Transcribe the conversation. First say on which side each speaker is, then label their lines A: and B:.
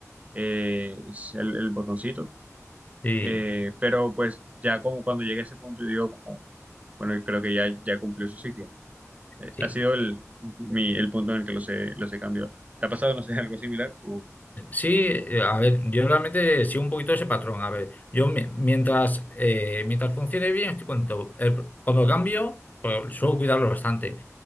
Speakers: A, on the right; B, on the left.
A: eh, es el, el botoncito.
B: Sí,
A: Eh, pero pues ya como cuando llegué a ese punto, yo digo como, bueno, creo que ya, ya cumplió su ciclo. Eh,
B: sí.
A: ha sido el, mi, el punto en el que los he, los he cambiado. ¿Te ha pasado, no sé, <laughs> algo similar? O
B: Sí, eh, a ver, yo realmente sigo un poquito ese patrón. A ver, yo mi- mientras, eh, mientras funcione bien, estoy contento. El pro- cuando lo cambio, pues, suelo cuidarlo bastante.